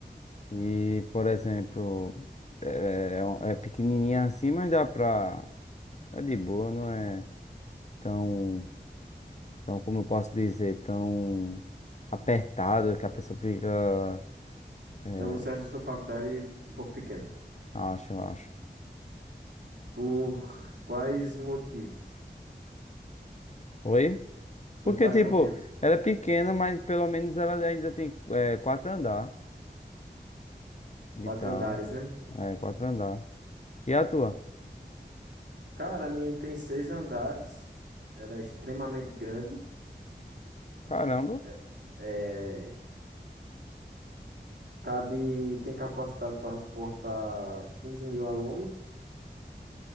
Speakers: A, on the left (about 40°); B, on the right (about 85°).
A: e, por exemplo, é, é, um- é pequenininha assim, mas dá pra. É de boa, não é tão, tão, como eu posso dizer, tão apertado que a pessoa fica. é,
B: Então você acha a sua faculdade um pouco pequena.
A: acho, acho.
B: Por quais motivos?
A: Oi?
B: Por
A: Porque,
B: quais
A: tipo,
B: motivos?
A: ela é pequena, mas pelo menos ela ainda tem é, quatro andar e
B: Quatro
A: tal.
B: andares, né?
A: É, quatro andar. E a tua?
B: Cara, a minha tem seis andares. Ela é extremamente grande.
A: Caramba,
B: É, é, cabe, tem capacidade para suportar 15 mil alunos.